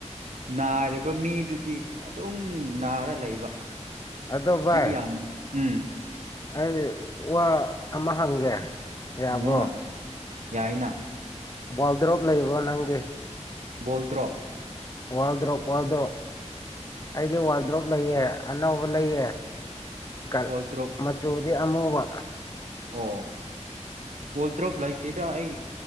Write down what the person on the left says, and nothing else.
ꯑꯗꯣ ꯚꯥꯏ
ꯑꯩ ꯋꯥ ꯑꯃ ꯍꯪꯒꯦ ꯌꯥꯕ꯭ꯔꯣ
ꯋꯥꯔꯜꯗ꯭ꯔꯣꯞ ꯂꯩꯕꯣ ꯅꯪꯒꯤ
ꯋꯥꯜꯗ꯭ꯔꯣꯞ ꯋꯥꯜꯗ꯭ꯔꯣꯞ ꯑꯩꯗꯤ ꯋꯥꯜꯗ꯭ꯔꯣꯞ ꯂꯩꯑ ꯑꯅꯧꯕ ꯂꯩꯑ ꯀꯜ
ꯃꯆꯨꯗꯤ ꯑꯃꯨꯕ